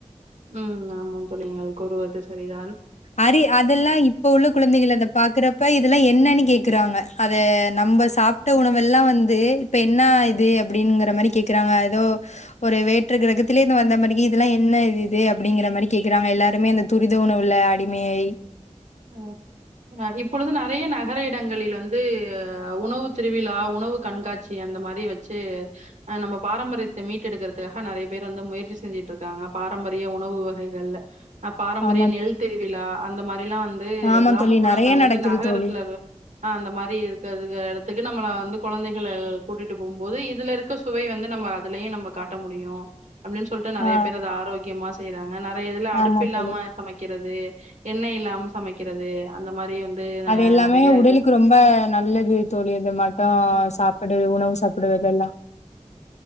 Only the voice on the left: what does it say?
அரி அதெல்லா இப்ப உள்ள குழந்தைகள் அத பாக்குறப்ப இதெல்லா என்னன்னு கேக்குறாங்க அத நம்ம சாப்ட உணவெல்லா வந்து இப்ப என்ன இது அப்படிங்கிற மாதிரி கேக்குறாங்க எதோ ஒரு வேற்று கிரகத்திலேயிருந்து வந்த மாரியே இதெல்லா என்ன இது அப்படிங்கிற மாரி கேக்கறாங்க எல்லாருமே அந்த துரித உணவுல அடிக் மே ஐ
ஆமா
ஆமா
தோழி நெறைய நடக்குது
தோழி.
ஆ
ஆமா
தோழி.
அது எல்லாமே
உடலுக்கு
ரொம்ப நல்லது தோழி அதுமட்டம்
சாப் டு உணவு சாப்படுவதல்லாம்